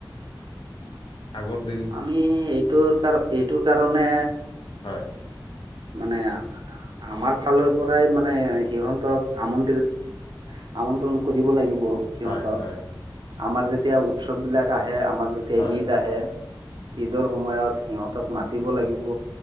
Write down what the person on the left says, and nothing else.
আগত
হয়।
হয় হয়
হয়